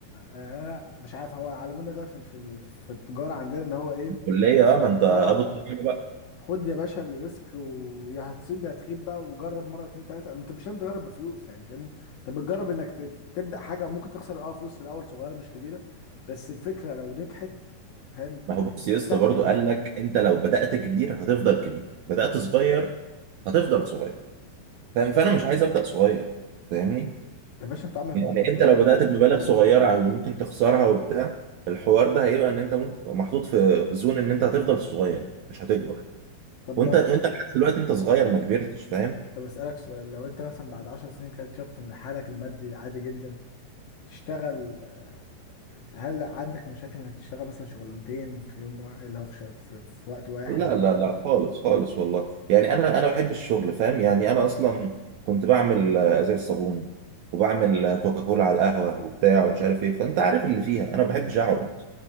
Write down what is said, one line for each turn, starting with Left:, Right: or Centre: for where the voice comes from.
Left: يعني انا مش عارف هو علمونا ده في في في التجارة عندنا اللي هو ايه
Right: الكليه اه ما انت ابو
Left: اه
Right: التجارة بقى
Left: خد يا باشا الريسك ويا هتصيب يا هتخيب بقى وجرب مرة اتنين تلاتة انت مش لازم تجرب بفلوس يعني فاهمني انت بتجرب انك ت- تبدأ حاجة ممكن تخسر اه فلوس في الاول صغيرة مش كبيرة بس الفكرة لو نجحت فاهم
Right: ما هو بص
Left: ات-
Right: يا
Left: استقتل
Right: اسطى برضه
Left: بقى
Right: قال لك انت لو بدأت كبير هتفضل كبير بدأت صغير هتفضل صغير فاهم فانا مش عايز أبدأ صغير فاهمني
Left: يا باشا انت عمرك
Right: يعني
Left: ما كنت صغير
Right: انت لو بدأت
Left: انت انت
Right: بمبالغ
Left: قد
Right: صغيرة
Left: الدنيا
Right: وممكن تخسرها وبتاع الحوار ده هيبقى ان انت ممكن محطوط في زون ان انت هتفضل صغير مش هتكبر
Left: طب
Right: وانت
Left: لو
Right: وانت لحد دلوقتي انت صغير ما كبرتش فاهم
Left: طب أسألك سؤال لو أنت مثلا بعد عشر سنين كده اكتشفت إن حالك المادي عادي جدا تشتغل آه، هل عندك مشاكل إنك تشتغل مثلا شغلانتين في يوم واحد اللي هو في, ش- في, في وقت واحد
Right: لا
Left: بقى
Right: لا لا خالص خالص والله يعني انا انا بحب الشغل فاهم يعني انا اصلا كنت بعمل آه، ازايز صابون وبعمل آه، كوكاكولا على القهوة وبتاع ومش عارف ايه فانت عارف اللي فيها انا ما بحبش اقعد